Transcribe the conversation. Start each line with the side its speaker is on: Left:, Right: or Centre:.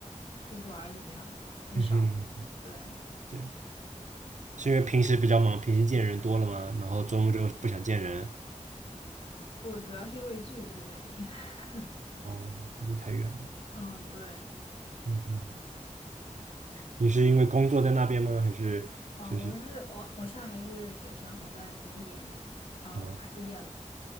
Left: 出去玩儿怎么样？很少了对，
Right: 嗯哼，这样是因为平时比较忙，平时见人多了吗？然后周末就不想见人，
Left: 不，主要是因为距离的原因。<laughs>
Right: 哦，还是太远了。
Left: 嗯，对。
Right: 嗯哼，你是因为工作在那边吗？还是就是
Left: 哦，我是我，我现在还是学生，我在读研，哦，
Right: 哦，
Left: 快毕业了。